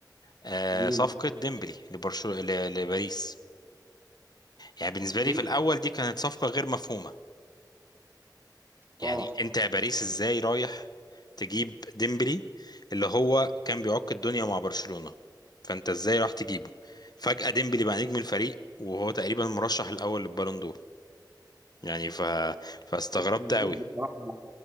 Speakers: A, on the left; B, on the right.
A: آه
B: مين
A: صفقة ديمبلي لبرشو ل- لباريس يعني بالنسبة لي
B: دي
A: في الأول دي كانت صفقة غير مفهومة
B: اه
A: يعني أنت يا باريس إزاي رايح تجيب ديمبلي اللي هو كان بيعك الدنيا مع برشلونة فأنت إزاي راح تجيبه فجأة ديمبلي بقى نجم الفريق وهو تقريبا المرشح الأول للبالون دور يعني ف... فاستغربت
B: بنشوف
A: قوي
B: بصراحة